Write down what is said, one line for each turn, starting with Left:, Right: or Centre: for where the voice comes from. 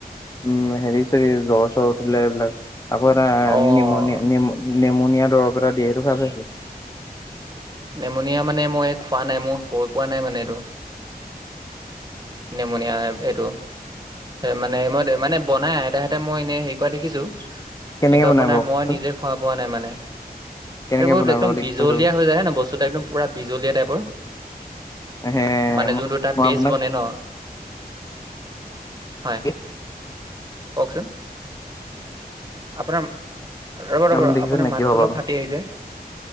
Left: উম, হেৰি-চেৰি জ্বৰ-চৰ উঠিলে, এইবিলাক আকৌ এটা
Right: অ',
Left: নিমনিয়া নিম নেমনিয়া দৰৱ এটা দিয়ে, এইটো খাই পাইছে?
Right: নেমনিয়া মানে মই খোৱা নাই, মোৰ হৈ পোৱা নাই মানে এইটো। নিমনিয়া <unintelligible> এইটো মানে মই মানে বনাই আইতাহতে, মই এনেই হেৰি কৰা দেখিছো,
Left: কেনেকে
Right: কিন্তু
Left: বনাই
Right: আপোনাৰ
Left: বাৰু কওকচোন
Right: মই নিজে খোৱা পোৱা নাই মানে,
Left: কেনেকে
Right: এইবোৰ
Left: বনাই
Right: একদম
Left: বাৰু দেই
Right: বিজলীয়া
Left: সেইটো
Right: হৈ যায় ন, বস্তুতটো একদম পুৰা বিজলীয়া টাইপৰ,
Left: হে
Right: মানে
Left: মই
Right: যোনটো তাত
Left: মই
Right: পেছবনে
Left: আপোনাক
Right: ন। হয়,
Left: কওঁৱেই।
Right: কওকচোন? আপোনাৰ ৰ'ব, ৰ'ব,
Left: আপুনি
Right: আপোনাৰ
Left: দেখিছে নাই
Right: মাতটো
Left: কি হ'ব
Right: অলপ ফাটি আহিছে।